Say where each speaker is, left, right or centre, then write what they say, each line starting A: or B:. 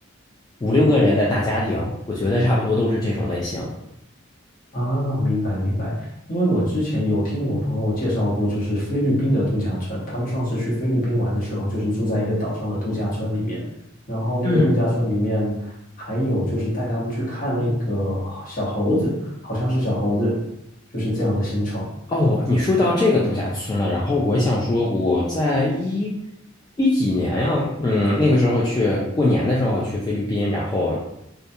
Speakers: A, on the left; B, on the left.
A: 五六个人的大家庭。我觉得差不多都是这种类型。
B: 啊，明白明白，因为我之前有听我朋友介绍过，就是菲律宾的度假村。他们上次去菲律宾玩的时候，就是住在一个岛上的度假村里面，然后那个度假村里面还有就是带他们去看那个小猴子，
A: 嗯。
B: 好像是小猴子，就是这样的行程。
A: 哦，你说到这个度假村了，然后我想说，我在一一几年呀、嗯，那个时候去过年的时候去菲律宾，然后